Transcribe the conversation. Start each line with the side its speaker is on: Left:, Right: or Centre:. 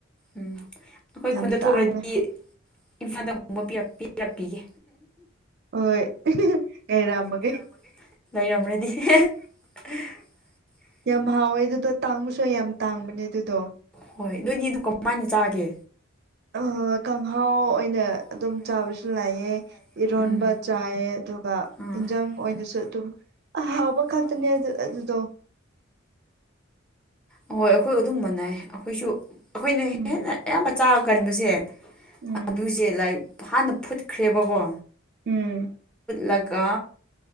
Centre: ꯎꯝ ꯑꯩꯈꯣꯏ
Right: ꯌꯥꯝ
Centre: ꯈꯨꯟꯗ ꯊꯣꯛꯈ꯭ꯔꯗꯤ
Right: ꯇꯥꯡꯉꯦ
Centre: ꯏꯝꯐꯥꯜꯗꯒꯣꯡꯕ ꯄꯤꯔꯛꯄꯤꯒꯦ
Right: ꯍꯣꯏ ꯑꯦꯔꯝꯒ
Centre: ꯂꯩꯔꯝꯃꯒꯦ ꯂꯩꯔꯝꯔꯗꯤ <inaudible>
Right: ꯌꯥꯝ ꯍꯥꯎꯋꯦ ꯑꯗꯨꯗ ꯇꯥꯡꯕꯁꯨ ꯌꯥꯝ ꯇꯥꯡꯕꯅꯦ ꯑꯗꯨꯗꯣ
Centre: ꯍꯣꯏ ꯅꯣꯏꯗꯤ ꯑꯗꯨ ꯀꯃꯥꯏꯅ ꯆꯥꯒꯦ
Right: ꯑ ꯀꯥꯡꯍꯥꯎ ꯑꯣꯏꯅ
Centre: ꯑꯣꯏꯅ
Right: ꯑꯗꯨꯝ ꯆꯥꯕꯁꯨ
Centre: ꯑꯗꯨꯝ
Right: ꯂꯥꯛꯑꯦ
Centre: ꯆꯥꯕꯁꯨ ꯂꯩꯌꯦ
Right: ꯏꯔꯣꯟꯕ
Centre: ꯎꯝ
Right: ꯆꯥꯏ ꯑꯗꯨꯒ
Centre: ꯑꯥ
Right: ꯌꯦꯟꯖꯥꯡ ꯑꯣꯏꯅꯁꯨ
Centre: ꯏꯟꯖꯥꯡ
Right: ꯑꯗꯨꯝ ꯑ ꯍꯥꯎꯕ
Centre: ꯑꯍꯥꯎꯕ
Right: ꯀꯜꯇꯅꯦꯦ
Centre: ꯈꯛꯇꯅꯦ
Right: ꯑꯗꯨ ꯑꯗꯨꯗꯨꯣ
Centre: ꯎꯝ ꯑꯣ ꯑꯩꯈꯣꯏ ꯑꯗꯨꯝ ꯃꯥꯟꯅꯩ ꯑꯩꯈꯣꯏꯁꯨ ꯑꯩꯈꯣꯏꯅ
Right: ꯎꯝ
Centre: ꯍꯦꯟꯅ ꯑꯌꯥꯝꯕ ꯆꯥꯕ ꯀꯟꯕꯁꯦ
Right: ꯎꯝ
Centre: ꯑꯗꯨꯁꯦ ꯂꯥꯏꯛ ꯍꯥꯟꯅ ꯐꯨꯠꯈ꯭ꯔꯦꯕꯀꯣ
Right: ꯎꯝ
Centre: ꯂꯒꯥ